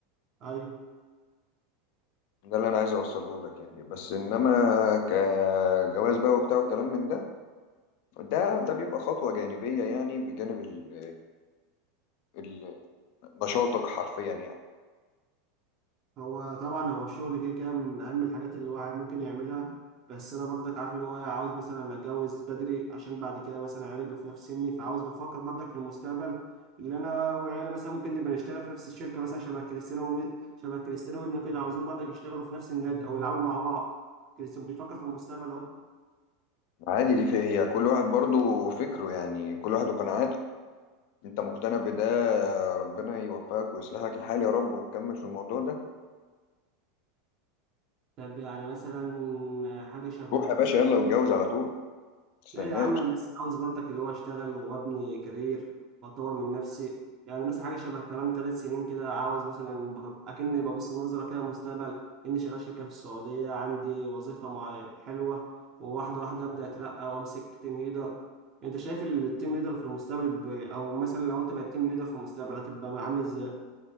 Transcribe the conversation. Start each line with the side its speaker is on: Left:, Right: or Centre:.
Right: ايوه
Left: ده اللي انا عايز اوصله لك يعني بس انما كجواز بقى وبتاع والكلام من ده ده ده بيبقى خطوه جانبيه يعني بجانب ال ال- نشاطك حرفيا يعني
Right: هو طبعا هو الشغل كده كده من اهم الحاجات اللي الواحد ممكن يعملها بس انا برضك عارف اللي هو عاوز مثلا اتجوز بدري عشان بعد كده مثلا عيالي يبقوا في نفس سني فعاوز بفكر برضك في المستقبل اللي انا وعيالي مثلا ممكن نبقى نشتغل في نفس الشركه مثلا شبه كريستيانو ومي- شبه كريستيانو وابنه كده عاوزين برضك يشتغلوا في نفس النادي او يلعبوا مع بعض كريستيانو بيفكر في المستقبل اهو
Left: عادي دي فيها هي كل واحد برضو فكره يعني كل واحد وقناعاته انت مقتنع بده ربنا يوفقك ويصلح لك الحال يا رب وتكمل في الموضوع ده
Right: طب يعني مثلا حاجة شبه
Left: روح يا باشا يلا واتجوز على طول متستناش
Right: لا يا عم انا لسه عاوز برضك اللي هو اشتغل وابني كارير واطور من نفسي يعني مثلا حاجه شبه كمان ثلاث سنين كده عاوز مثلا ب- اكني ببص النظره كده المستقبل اني شغال شركه في السعوديه عندي وظيفه مع حلوه وواحده واحده ابدا اترقى وامسك تيم ليدر انت شايف التيم ليدر في المستقبل ب... او مثلا لو انت بقيت تيم ليدر في المستقبل هتبقى عامل ازاي